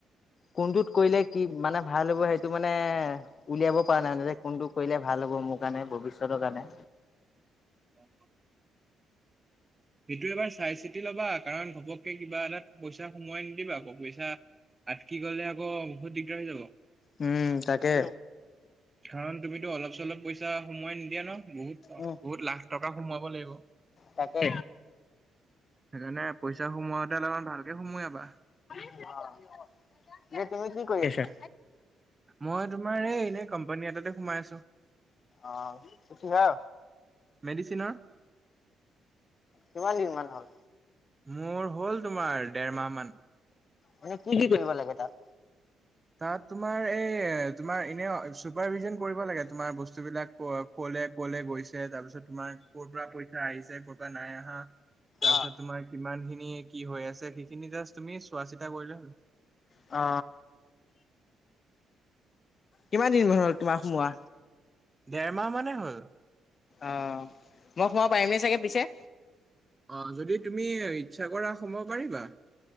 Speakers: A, on the left; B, on the right.
A: কোনটোত কৰিলে কি মানে ভাল হ'ব সেইটো মানে উলিয়াব পৰা নাই মানে যে কোনটো কৰিলে ভাল হ'ব মোক। কাৰণে ভৱিষ্যতৰ কাৰণে
B: অহ। সেইটো এবাৰ চাই চিতি ল'বা, কাৰণ ঘপককে কিবা এটা পইচা সোমোৱাই নিদিবা আকৌ পইচা তাত কি কৰিলে আকৌ বহুত দিগদাৰ হৈ যাব
A: উম তাকে।
B: কাৰণ তুমিতো অলপ চলপ পইচা সোমোৱাই নিদিয়া ন বহুত
A: উম
B: বহুত লাখ টকা সোমোৱাব লাগিব। সেইকাৰণে
A: তাকে
B: পইচা সোমোৱাতে অলপমান ভালকে সোমোৱাবা
A: এতিয়া তুমিত কি কৰি আছা।
B: মই তোমাৰ এই এনেই কোম্পানী এটাতে সোমাই আছো।
A: অহ কিহে
B: মেডিচিনৰ
A: কিমান দিন মান হল।
B: মোৰ হ'ল তোমাৰ দেৰমাহ মান
A: মানে কি কি কৰিব লাগে তাত?
B: তাত তোমাৰ এই তোমাৰ এনে চুপাৰভিজন কৰিব লাগে তোমাৰ বস্তুবিলাক লে কলে গৈছে তাৰ পিছত তোমাৰ ক'ৰ পৰা পইচা আহিছে কৰ'ৰ পৰা নাই আহা। তাৰপিছত
A: অ
B: তোমাৰ কিমান খিনি কি হৈ আছে সেইখিনি জাষ্ট তুমি চোৱা চিতা কৰিলে হ'ল।
A: অ কিমান দিন হ'ল তোমাক সোমোৱা?
B: দেৰ মাহ মানেই হ'ল।
A: অ' মই সোমাব পাৰিমনে চাগে পিছে?
B: অ যদি তুমি ইচ্ছা কৰা সোমাব পাৰিবা।